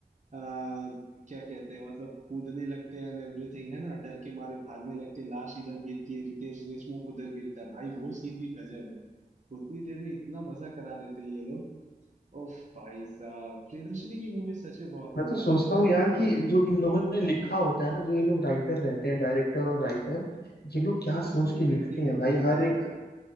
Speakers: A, on the right (about 50°); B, on the left (about 85°).
A: आ, क्या कहते हैं मतलब कूदने लगते हैं एंड एवरीथिंग है ना डर के मारे भागने लगते हैं लाश इधर गिरती है रितेश देशमुख उधर गिरता है भाई वो सीन भी गजब है उतनी देर में इतना मजा करा देते हैं ये लोग ओफ भाई साहब प्रियदर्शनी की मूवी सच में बहुत मजा
B: मैं तो सोचता
A: आता है यार
B: हूँ यार
A: बहुत
B: कि जो इन लोगों ने लिखा होता है ना जो ये लोग राइटर रहते हैं डायरेक्टर और राइटर ये लोग क्या
A: एक बस
B: सोच
A: इतनी
B: के
A: क्रिएटिविटी
B: लिखते हैं भाई
A: आती
B: हर
A: है
B: एक